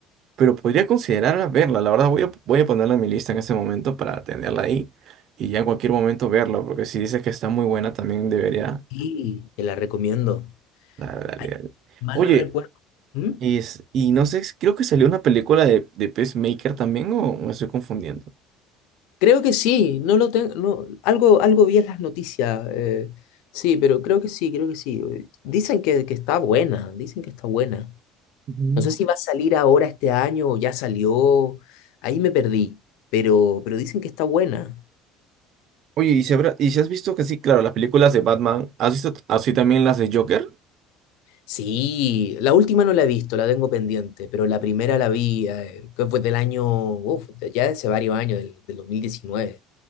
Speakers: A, on the right; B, on the left.
A: pero podría considerar verla. La verdad voy a, voy a ponerla en mi lista en ese momento para tenerla ahí y ya en cualquier momento verla, porque si dices que está muy buena también debería
B: Y te la recomiendo.
A: Dale, dale,
B: Ay,
A: dale.
B: mal
A: Oye,
B: no recuerdo. ¿Mm?
A: y, es- y no sé, creo que salió una película de, de Peacemaker también, o me estoy confundiendo.
B: Creo que sí, no lo tengo, no, algo, algo vi en las noticias. eh, sí, pero creo que sí, creo que sí. eh, Dicen que, que está buena, dicen que está buena.
A: Ujú.
B: No sé si va a salir ahora este año o ya salió. Ahí me perdí, pero, pero dicen que está buena.
A: Oye, ¿y si, habrá- y si has visto que sí, claro, las películas de Batman, ¿has visto así también las de Joker?
B: Sí, la última no la he visto, la tengo pendiente, pero la primera la vi, eh, que fue del año, uf, de- ya de hace varios años, del, del dos mil diecinueve